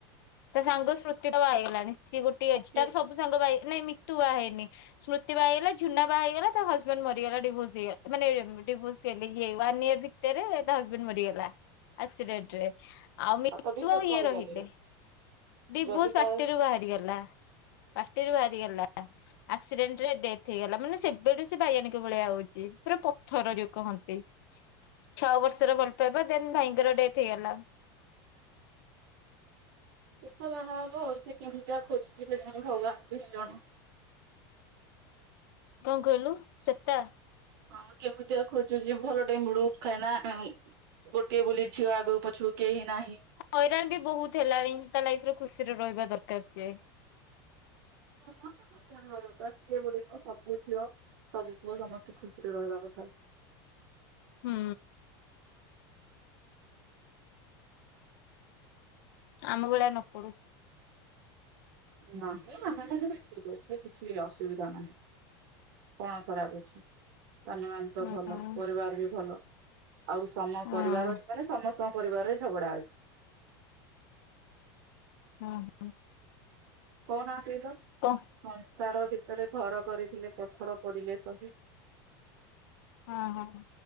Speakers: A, on the left; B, on the right.
A: ତା ସାଙ୍ଗ ସ୍ମୃତି ତ ବାହା ହେଇ ଗଲାଣି ସିଏ ଗୋଟିଏ
B: ଆଉ
A: ଅଛି
B: ସିଏ
A: ତାର ସବୁ ସବୁ ସାଙ୍ଗ <unintelligible> ନାଇଁ ମିିତୁ ବାହା ହେଇନି। ସ୍ମୃତି ବା ହେଇଗଲା ଝୁନା ବାହା ହେଇଗଲା ତା ହଜବେଣ୍ଟ୍ ମରିଗଲା ଡିଭୋର୍ସ ହେଇଗଲା ମାନେ ଡିଭୋର୍ସ <unintelligible> ୱାନ୍ ଇୟର ଟେରେ ତା ହଜବେଣ୍ଟ୍ ମରିଗଲା ଆକ୍ସିଡେଣ୍ଟ୍ ରେ। ଆଉ ମିିତୁ
B: ତ ଡିଭୋର୍ସ କଣ
A: ଇଏ
B: ପାଇଁ
A: ରହିଲେ
B: ଚାଲିବ
A: ବିବୁ
B: ଯଦି
A: <unintelligible>
B: ତା
A: ବାହାରିଗଲା। ପାଟିରୁ ବାହାରିଗଲା। ଆକ୍ସିଡେଣ୍ଟ୍ ରେ ଡେଥ୍ ହେଇଗଲା ମାନେ ସେବେଠୁ ସେ ବାଇୟାଣିକ ଭଳିଆ ହଉଚି ପୁରା ପଥର ଯଉ କହନ୍ତି। ଛଅ ବର୍ଷର ଭଲ ପାଇବା ଦେନ୍ ଭାଇଙ୍କର ଡେଥ୍ ହେଇଗଲା।
B: <unintelligible> ବାହାହବ ସେ କେମିତିଆ ଖୋଜୁଚି କେଜାଣି ଭଗବାନଙ୍କୁ ହିଁ ଜଣା।
A: କଣ କହିଲୁ ସେତା
B: ହଁ କେମିତିଆ ଖୋଜୁଚି ଭଲଟେ ମିଳୁ କାଇଁକିନା ଗୋଟିଏ ବୁଲି ଝିଅ ଆଗକୁ ପଛକୁ କେହି ନାହିଁ
A: ହଇରାଣ୍ ବି ବହୁତ ହେଲାଣି ତା ଲାଇଫ୍ ରେ ଖୁସିରେ ରହିବା ଦରକାର୍ ସିଏ।
B: ସମସ୍ତେ ଖୁସିରେ ରହିବା ଦରକାର ସିଏ ବୋଲି ନୁହଁ ସବୁ ଝିଅ ସବୁ ପୁଅ ସମସ୍ତେ ଖୁସିରେ ରହିବା କଥା।
A: ହୁଁ। ଆମ ଭଳିଆ ନ ପଡୁ।
B: ନାହିଁ ଆମେ ମାନେ ବି ଠିକ୍ ଅଛେ କିଛି ଅସୁବିଧା ନାହିଁ। କଣ ଖରାପ୍ ଅଛି? ସ୍ବାମୀ ମାନେ ତ
A: ହୁଁ
B: ଭଲ
A: ହଁ
B: ପରିବାର ବି ଭଲ ଆଉ ସମ-
A: ହଁ
B: ପରିବାର ଅଛି ମାନେ ସମସ୍ତଙ୍କୁ ପରିବାରରେ ଝଗଡା ଅଛି।
A: ହୁଁ।
B: କହୁ ନାହାନ୍ତି ତ
A: କ।
B: ସଂସାର ଭିତରେ ଘର କରିଥିଲେ ପଥର ପଡିଲେ ସହି।
A: ଓ ହୋ